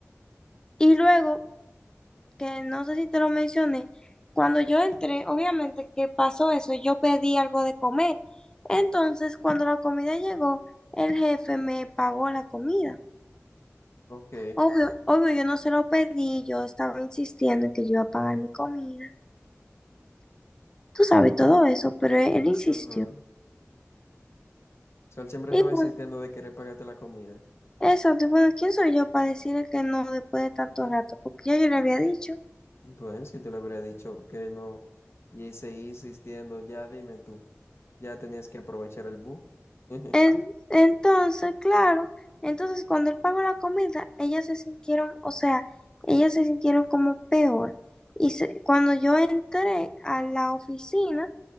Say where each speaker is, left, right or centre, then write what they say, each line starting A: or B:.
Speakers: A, on the left; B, on the left.
A: Y luego, que no sé si te lo mencioné, cuando yo entré, obviamente que pasó eso, yo pedí algo de comer. Entonces, cuando la comida llegó, el jefe me pagó la comida.
B: ok,
A: Obvio, obvio, yo no se lo pedí, yo estaba insistiendo en que yo iba a pagar mi comida. Tú sabes todo eso, pero él, él insistió.
B: ajá. O sea, él siempre
A: Y
B: estaba insistiendo
A: bueno,
B: de querer pagarte la comida.
A: eso, bueno, ¿quién soy yo para decirle que no después de tanto rato? Porque ya yo le había dicho.
B: Bueno, si te lo hubiera dicho que no, y él seguía insistiendo, ya dime tú, ya tenías que aprovechar el bus. <laughs>
A: En- Entonces, claro, entonces cuando él pagó la comida, ellas se sintieron, o sea, ellas se sintieron como peor. Y se- cuando yo entré a la oficina